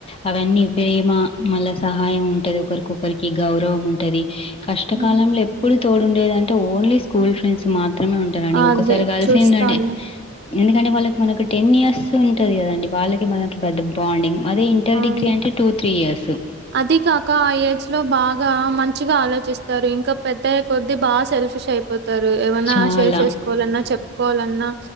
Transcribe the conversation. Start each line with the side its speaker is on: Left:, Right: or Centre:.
Left: అవన్నీ ప్రేమ మళ్ళ సహాయం ఉంటది ఒకరికొకరికి గౌరవం ఉంటది కష్టకాలంలో
Right: హ్మ్.
Left: ఎప్పుడు తోడుండేది అంటే ఓన్లీ స్కూల్ ఫ్రెండ్స్ మాత్రమే మాత్రమే ఉంటారండి
Right: అదే
Left: ఒక్కసారి కలిసిండంటే
Right: చూస్తాను
Left: ఎందుకంటే వాళ్ళకి మనకు టెన్ ఇయర్స్ ఉంటది కదండి వాళ్ళకి మనకి పెద్ద బాండింగ్ అదే ఇంటర్
Right: అవును
Left: డిగ్రీ అంటే టూ త్రీ ఇయర్సు
Right: అది కాక ఆ ఏజ్ లో బాగా మంచిగా ఆలోచిస్తారు ఇంకా పెద్దగయ్యే కొద్ది అది బాగా సెల్ఫిష్ అయిపోతారు ఏమన్నా
Left: చాలా.
Right: షేర్ చేసుకోవాలన్నా చెప్పుకోవాలన్నా